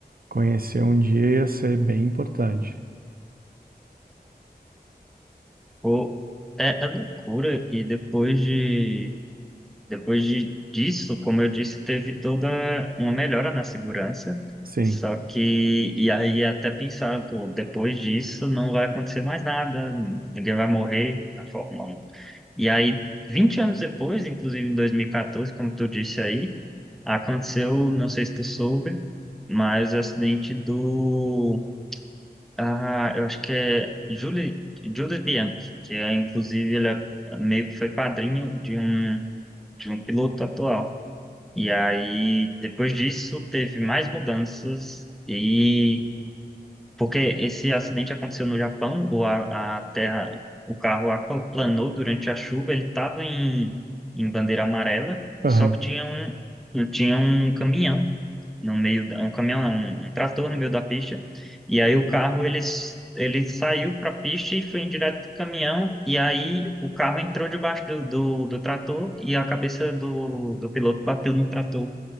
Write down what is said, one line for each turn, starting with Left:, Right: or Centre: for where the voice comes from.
Right: conhecer um dia, ia ser bem importante.
Centre: Pô, é, é loucura. E depois de, depois de, disso, como eu disse, teve toda uma melhora na segurança.
Right: Sim.
Centre: Só que, e aí até pensar, pô, depois disso não vai acontecer mais nada, ninguém vai morrer na Fórmula 1. E aí, 20 anos depois, inclusive em 2014, como tu disse aí, Aconteceu, não sei se tu soube, mas o acidente do. Ah, eu acho que é Julie, Julie Bianchi, que é, inclusive, ele é- meio que foi padrinho de um, de um piloto atual. E aí, depois disso, teve mais mudanças e porque esse acidente aconteceu no Japão, ou a, a terra, o carro aquaplanou durante a chuva, ele estava em, em bandeira amarela,
Right: Aham.
Centre: só que tinha um, tinha um caminhão no meio, da- um caminhão não, um, um trator no meio da pista, e aí o carro, ele, s- ele saiu para a pista e foi em direto do caminhão, e aí o carro entrou debaixo do, do, do trator e a cabeça do, do piloto bateu no trator.